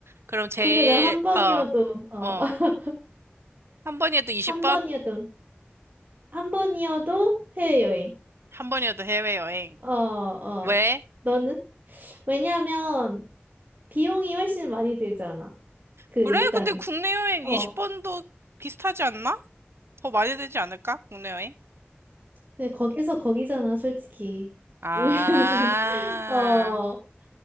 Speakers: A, on the right; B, on the right.
A: 그럼 제일,
B: 근데 난 한 번이어도,
A: 어,
B: 어,
A: 어,
B: <laughs>
A: 한 번이어도 20번?
B: 한 번이어도, 한 번이어도 해외여행.
A: 한 번이어도 해외여행.
B: 어, 어.
A: 왜?
B: 너는? 왜냐면, 비용이 훨씬 많이 들잖아. 그,
A: 그래?
B: 일단,
A: 근데 국내 여행
B: 어.
A: 20번도 비슷하지 않나? 더 많이 되지 않을까? 국내 여행?
B: 근데 거기서 거기잖아, 솔직히.
A: 아,
B: <laughs> 우리, 우리, 어,